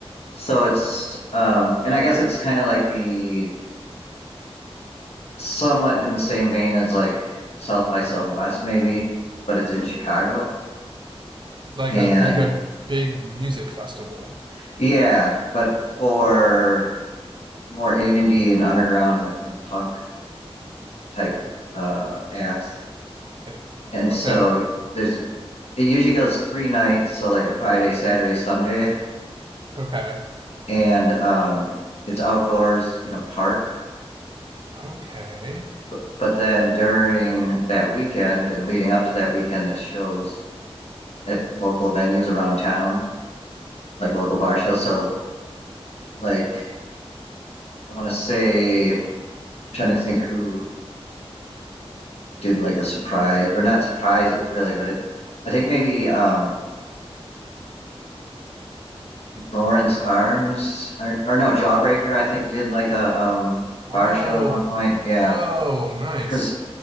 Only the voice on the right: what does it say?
Like
a like a big music festival.
Eh,
Okay,
okay,
okay.
Whoa,
whoa, nice,